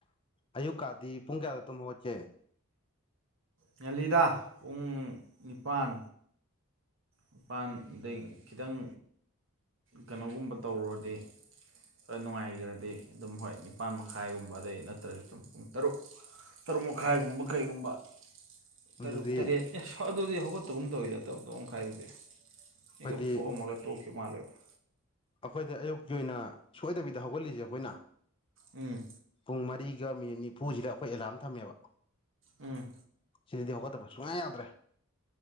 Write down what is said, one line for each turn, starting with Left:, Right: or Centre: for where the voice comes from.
Left: ꯑꯌꯨꯛꯀꯗꯤ ꯄꯨꯡ ꯀꯌꯥꯗ ꯇ ꯍꯧꯣꯠꯀꯦ
Right: ꯉꯂꯤꯗꯥ ꯄꯨꯡ ꯅꯤꯄꯥꯟ ꯃꯄꯥꯟꯗꯩ ꯈꯤꯇꯪ ꯀꯩꯅꯣꯒꯨꯝꯕ ꯇꯧꯔꯨꯔꯗꯤ ꯈꯔ ꯅꯨꯡꯉꯥꯏꯈ꯭ꯔꯗꯤ ꯑꯗꯨꯝ ꯍꯣꯏ ꯅꯤꯄꯥꯥꯟ ꯃꯈꯥꯏꯒꯨꯝꯕ ꯑꯗꯩ ꯅꯠꯇ꯭ꯔꯗꯤ ꯑꯗꯨꯝ ꯄꯨꯡ ꯇꯔꯨꯛ ꯇꯔꯨꯛ ꯃꯈꯥꯏꯒꯨꯝꯕ ꯀꯩꯒꯨꯝꯕ
Left: ꯑꯗꯨꯗꯤ
Right: ꯇꯔꯨꯛ ꯇꯔꯦꯠ ꯑꯦ ꯑꯗꯨꯗꯤ ꯍꯧꯒꯠꯇꯒꯨꯝ ꯇꯧꯋꯤꯗ ꯇꯔꯨꯛ ꯇꯔ ꯃꯈꯥꯏꯗꯨꯗꯤ
Left: ꯑꯩꯈꯣꯏꯗꯤ
Right: ꯍꯤꯛ ꯑꯞ ꯊꯣꯛꯑꯝꯃꯒ ꯇꯣꯛꯈꯤꯕ ꯃꯥꯜꯂꯦꯕ
Left: ꯑꯩꯈꯣꯏꯗ ꯑꯌꯨꯛꯀꯤ ꯑꯣꯏꯅ ꯁꯣꯏꯗꯕꯤꯗ ꯍꯧꯒꯠꯂꯤꯁꯦ ꯑꯩꯈꯣꯏꯅ
Right: ꯎꯝ
Left: ꯄꯨꯡ ꯃꯔꯤꯒ ꯃꯤꯅꯤꯠ ꯅꯤꯐꯨꯁꯤꯗ ꯑꯩꯈꯣꯏ ꯑꯦꯂꯥꯝ ꯊꯝꯃꯦꯕ
Right: ꯎꯝ
Left: ꯁꯤꯗꯤ ꯍꯧꯒꯠꯇꯕ ꯁꯨꯡꯌꯥ ꯌꯥꯗ꯭ꯔꯦ